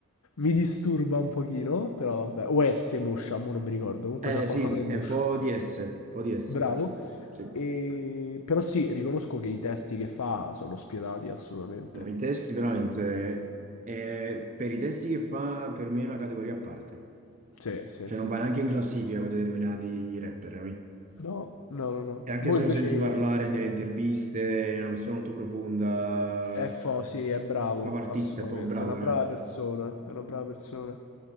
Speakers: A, on the left (about 75°); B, on the right (about 35°).
A: Mi disturba un pochino, però vabbè. O S moscia, mo non mi ricordo. Comunque
B: Eh
A: c'ha qualcosa
B: sì,
A: di
B: è
A: moscio.
B: un po' di S, un po' di S,
A: Bravo.
B: sì. Sì.
A: E... Però sì, riconosco che i testi che fa sono spietati assolutamente.
B: No, i testi veramente, è- per i testi che fa per me è una categoria a parte.
A: Sì, sì,
B: Cioè
A: sì,
B: non va
A: sì,
B: neanche
A: sì.
B: in classifica con determinati rapper,
A: No, no, no, no.
B: E anche
A: Mo
B: se
A: invece...
B: lo senti parlare nelle interviste, è una persona molto profonda,
A: È fo, sì, è bravo,
B: proprio artista,
A: assolutamente.
B: proprio bravo,
A: È una
B: veramente.
A: brava persona, è una brava persona.